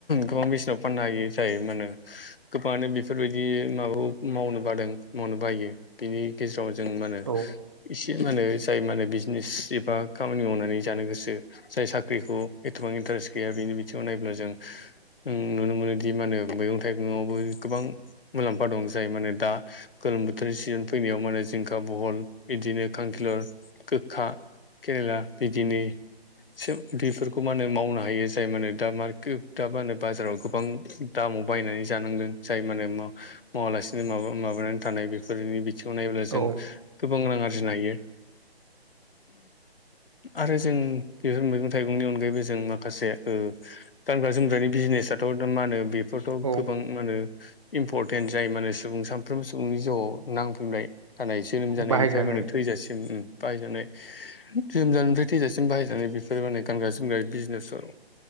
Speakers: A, on the left; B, on the right.
A: गोबां मेसेनाव फाननो हायो जाय मा होनो गोबाङानो बेफोरबायदि माबाखौ मावनो बादों, मावनो बायो, बिनि गेजेराव जों मा होनो
B: औ।
A: थि मा होनो जाय माहोनो बिजनेस एबा खामानि मावनानै जानो गोसो, जाय साख्रिखौ एथ'बां इन्टारेस्ट गैया बिनि बिथिङाव नायोब्ला जों नुनो मोनोदि मा होनो मैगं थाइगङावबो गोबां मुलाम्फा दं। जाय माने दा गोलोम बोथोरनि सिजोन फैनायाव माने जिंखा, बहल बिदिनो खांखिलर गोख्खा केरेला बिदिनो सो बेफोरखौ मा होनो मावनो हायो जाय मानो दामारको दा मा होनो बाजाराव गोबां दाम माव बायनानै जानांदों। जाय मानो मा-मावालासिनो माबा-माबानानै थानाय बेफोरनि बिथिङाव नायोब्ला जों
B: औ
A: गोबां रां आरजिनो हायो। आरो जों बेफोर मैगं थाइगंनि अनगायैबो जों माखासे गानग्रा जोमग्रानि बिजिनेस दाथ' दा मा होनो बेफोरथ'
B: औ
A: गोबां मा होनो इम्परटेन्ट जाय मानो सुबुं साफ्रोमबो सुबुंनि जिउआव नांफिनबाय थानाय। जोनोम जानायनिफ्राय
B: बाहायजानाय
A: माने थैजासिम ओम। बाहायजानाय, जोनोम जानायनिफ्राय थैजासिम बाहायजानाय बेफोर माने गानग्रा जोमग्रा बिजनेसफोराव।